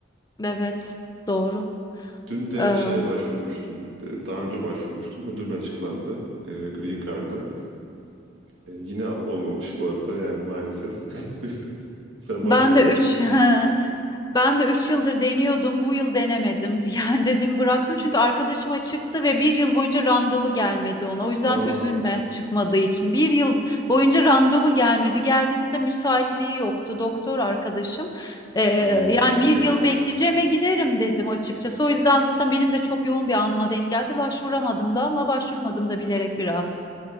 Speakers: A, on the left; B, on the right.
A: Evet, doğru.
B: Dün de
A: Eee,
B: şeye başvurmuştum. e, Daha önce başvurmuştum da dün açıklandı e, Green Card'a. E, yine olmamış bu arada yani maalesef. <laughs> Sen başvur.
A: ben de 3. <laughs> Ben de 3 yıldır deniyordum. Bu yıl denemedim. <laughs> Yani dedim bıraktım çünkü arkadaşıma çıktı ve bir yıl boyunca randevu gelmedi ona. O yüzden
B: Aa,
A: üzülme çıkmadığı için. Bir yıl boyunca randevu gelmedi. Geldiğinde de müsaitliği yoktu doktor arkadaşım. Ee,
B: Allah
A: yani
B: Allah
A: bir
B: ya.
A: yıl bekleyeceğime giderim dedim açıkçası. O yüzden zaten benim de çok yoğun bir anıma denk geldi. Başvuramadım da ama başvurmadım da bilerek biraz.